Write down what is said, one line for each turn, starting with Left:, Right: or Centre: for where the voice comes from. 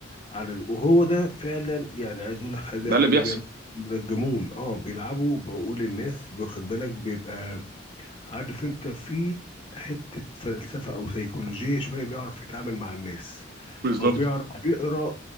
Left: على وهو ده فعلا يعني عايز اقول لك حاجه
Right: ده اللي
Left: اللي
Right: بيحصل
Left: بيعمل بيرجمون اه بيلعبوا بعقول الناس واخد بالك بيبقى عارف انت في حته فلسفه او سيكولوجيه شويه بيعرف يتعامل مع الناس
Right: بالظبط
Left: او بيعرف يقرا